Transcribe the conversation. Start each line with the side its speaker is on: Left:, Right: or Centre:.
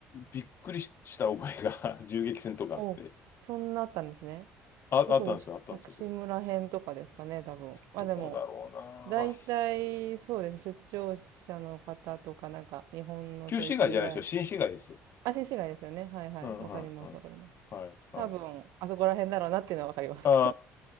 Left: びっくりしした覚えが <laughs> 銃撃戦とかあって、
Right: お、そんなあったんですね。
Left: あ、あったんですよ、
Right: どこでし薬師村編とかですかね、
Left: あったんですよ。
Right: 多分。まあでも、
Left: どこだろうな。
Right: 大体、そうですね。出張者の方とか、なんか、日本のそういう駐在。
Left: 旧市街じゃないですよ。新市街ですよ。
Right: あ、新市街ですよね。はいはい。
Left: うんうんうん。
Right: わかります、わかります。
Left: はい、はい。
Right: 多分、あそこら辺だろうなっていうのはわかります。
Left: あ